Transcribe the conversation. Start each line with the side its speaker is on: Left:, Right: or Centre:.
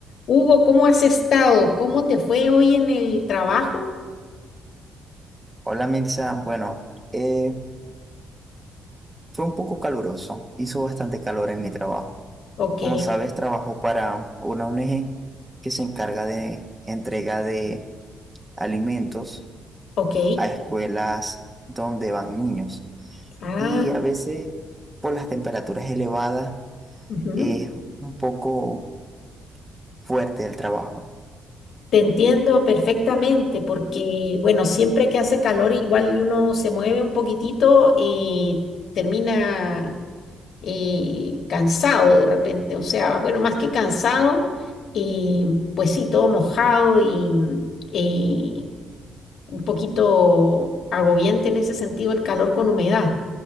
Left: Hugo, ¿cómo has estado? ¿Cómo te fue hoy en el trabajo?
Right: Hola Mirza, bueno, eh, fue un poco caluroso, hizo bastante calor en mi trabajo.
Left: Ok,
Right: Como sabes, trabajo para una ONG que se encarga de entrega de alimentos
Left: ok.
Right: a escuelas donde van niños.
Left: Ah,
Right: Y a veces, por las temperaturas elevadas,
Left: ujú.
Right: es un poco fuerte el trabajo.
Left: Te entiendo perfectamente porque, bueno, siempre que hace calor igual y uno se mueve un poquitito, eh, termina eh, cansado de repente. O sea, bueno, más que cansado, eh, pues sí, todo mojado y eh, un poquito agobiante en ese sentido el calor con humedad.